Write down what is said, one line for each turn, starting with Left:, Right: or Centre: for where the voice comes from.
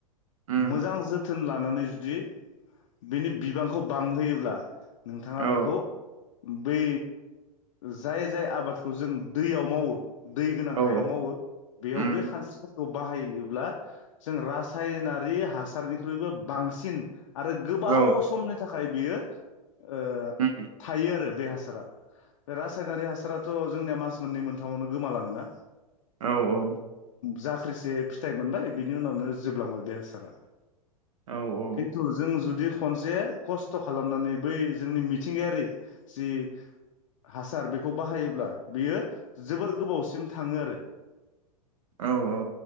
Right: उम
Left: मोजां जोथोन लानानै जुदि बेनि बिबांखौ बांहोयोब्ला नोंथाङा
Right: औ
Left: बेखौ बै जाय जाय आबादखौ जों दैयाव मावो दै गोनां
Right: औ
Left: हायाव मावो बेयाव
Right: उम
Left: बे खानस्रिफोरखौ बाहायोब्ला जों रासायनारि हासारनिख्रुइबो बांसिन आरो गोबाव
Right: औ
Left: समनि थाखाय बेयो <inaudible> ओ
Right: उम
Left: थायो आरो बे हासारा बे रासायनारि हासाराथ' जोंनिया मास मोननै मोनथामावनो गोमालाङोना
Right: औ औ।
Left: जाख्रिसे फिथाइ मोनबाय बिनि उनावनो जोबलांबाय बे हासारा
Right: औ औ
Left: खिन्थु जों जुदि खनसे खस्थ' खालामनानै बै जोंनि मिथिंगायारि जि हासार बेखौ बाहायोब्ला बियो जोबोर गोबावसिम थाङो आरो।
Right: औ औ